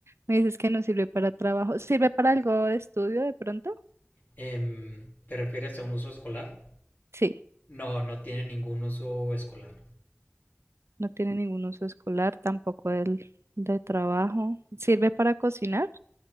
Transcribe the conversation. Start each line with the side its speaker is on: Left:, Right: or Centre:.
Right: me dices que no sirve para trabajo, ¿sirve para algo de estudio de pronto?
Left: Em, ¿te refieres a un uso escolar?
Right: Sí,
Left: No, no tiene ningún uso escolar.
Right: no tiene ningún uso escolar, tampoco el de trabajo. ¿Sirve para cocinar?